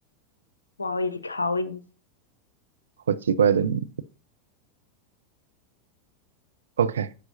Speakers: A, on the left; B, on the right.
A: 哇哦一考一。
B: 好奇怪的名字。OK，